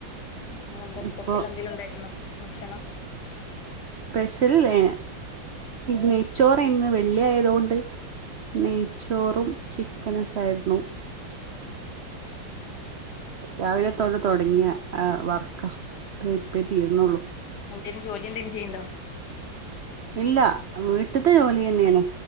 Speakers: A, on the left; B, on the right.
A: ഇന്ന് എന്താ
B: ഇപ്പൊ
A: സ്പെഷ്യൽ എന്തേലും ഉണ്ടായിറ്റുണ്ടോ ഭക്ഷണം
B: സ്പെഷ്യൽ ലെ നെയച്ചോറ ഇന്ന് വെള്ളി ആയതുകൊണ്ട്. നെയ്ച്ചോറും ചിക്കനൊക്കെ ആയിരുന്നു. രാവിലെ തോട്ട് തുടങ്ങിയ വർക്ക ഇപ്പേ തീർന്നള്ളൂ.
A: ആഹ് എന്തേലും ജോലി എന്തേലും ചെയിണ്ടോ?
B: ഇല്ല വീട്ട്ത്തെ ജോലിയന്നെണ്